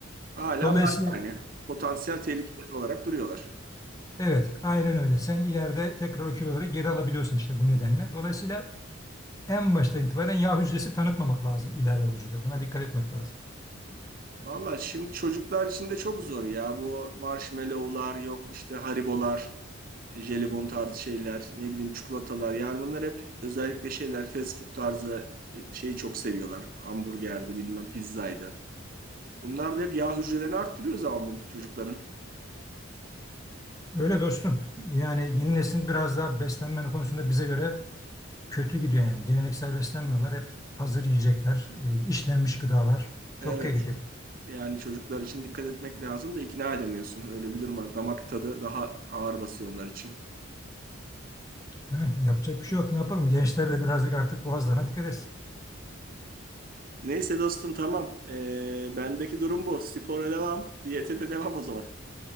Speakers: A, on the right (about 45°); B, on the left (about 15°).
A: hala
B: Dolayısıyla
A: var yani potansiyel tehlike olarak duruyorlar.
B: evet aynen öyle. Sen ileride tekrar o kiloları geri alabiliyorsun işte bu nedenle. Dolayısıyla en baştan itibaren yağ hücresi tanıtmamak lazım ilave vücuda. Buna dikkat etmek lazım.
A: Valla şimdi çocuklar için de çok zor ya. Bu marshmallow'lar yok işte haribolar, jelibon tarzı şeyler, ne bileyim çikolatalar. Yani bunlar hep özellikle şeyler fast food tarzı e, şeyi çok seviyorlar. Hamburgerdi bilmem pizzaydı. Bunlar da hep yağ hücrelerini arttırıyor zaman bu çocukların.
B: Öyle dostum. Yani yeni neslin biraz daha beslenme konusunda bize göre kötü gidiyor yani. Geleneksel beslenmiyorlar. Hep hazır yiyecekler, e, işlenmiş gıdalar. Çok
A: Evet
B: tehlikeli.
A: yani çocuklar için dikkat etmek lazım da ikna edemiyorsun. Öyle bir durum var. Damak tadı daha ağır basıyor onlar için.
B: Evet, yapacak bir şey yok. Ne yapalım? Gençler de birazcık artık boğazlarına dikkat etsin.
A: Neyse dostum tamam. Ee, bendeki durum bu. Spora devam, diyete de devam o zaman.